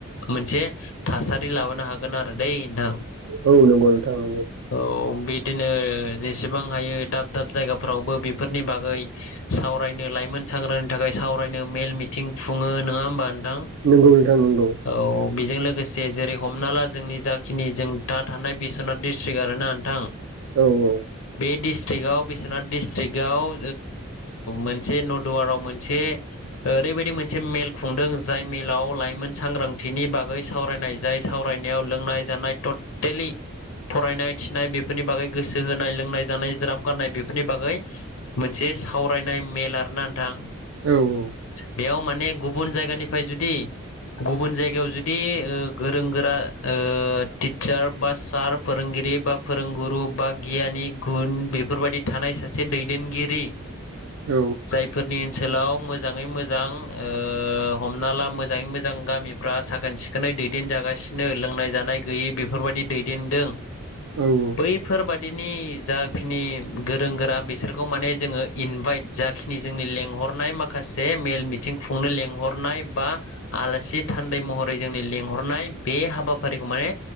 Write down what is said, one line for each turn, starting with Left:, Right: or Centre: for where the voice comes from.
Left: मोनसे थासारि लाबोनो हागोन आरो। दै नोंथां
Right: औ नंगौ नोंथां नंगौ
Left: औ बिदिनो जेसेबां हायो दाब दाब जायगाफ्रावबो बेफोरनि बागै सावरायनो लाइ मोन सांग्रानि थाखाय सावरायनो मेल मिथिं खुङो नङा होमबा नोंथां
Right: नंगौ नोंथां नंगौ
Left: औ बेजों लोगोसे जेरै हमना ला जोंनि जाखिनि जों दा थानाय बिस्वनाथ डिस्ट्रिकट आरो ना नोंथां
Right: औ औ
Left: बे डिस्ट्रिक्टआव बिस्वनाथ डिस्ट्रिक्टआव मोनसे न दुवाराव मोनसे ओरैबायदि मोनसे मेल खुंदों जाय मेलाव लाइमोन सांग्रांथिनि बागै सावरायनाय जाय सावराय नायाव लोंनाय जानाय टटेलि फरायनाय थिनाय बेफोरनि बागै गोसो होनाय लोंनाय जानाय ज्राब गारनाय बेफोरनि बागै मोनसे बे सावरायनाय मेल आरो ना नोंथां
Right: औ औ
Left: बेयाव माने गुबुन जायगानिफ्राय जुदि गुबुन जायगायाव जुदि ओ गोरों गोरा ओ टिचार बा सार फोरोंगिरि बा फोरोंगुरु बा गियानि गुन बेफोरबायदि थानाय सासे दैदेनगिरि
Right: औ
Left: जायफोरनि ओनसोलाव मोजाङै मोजां ओ हमना ला मोजाङै मोजां गामिफ्रा साखोन सिखोनै दैदेन जागासिनो लोंनाय जानाय गैयि बेफोरबायदि दैदेनदों
Right: औ औ
Left: बैफोरबा दिनि जाखिनि गोरों गोरा बिसोरखौ माने जोङो इनभाइट जाखिनि जोंनि लेंहर नाय माखासे मेल मिथिं खुंनो लेंहरनाय बा आलासि थान्दै महरै जोंनि लिं हरनाय बे हाबाफारिखौ माने